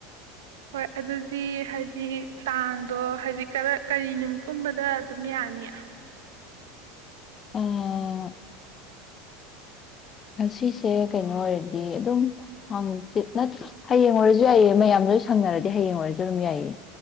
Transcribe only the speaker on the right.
ꯍꯣꯏ ꯑꯗꯨꯗꯤ ꯍꯥꯏꯗꯤ ꯀꯥꯡꯗꯣ ꯍꯥꯏꯗꯤ ꯀꯔꯤ ꯅꯨꯃꯤꯠꯀꯨꯝꯕꯗ ꯑꯗꯨꯝ ꯌꯥꯅꯤ